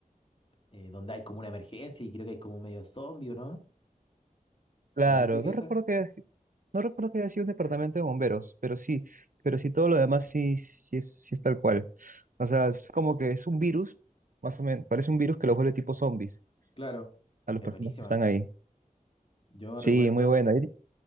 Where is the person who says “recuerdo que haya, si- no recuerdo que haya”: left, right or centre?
Right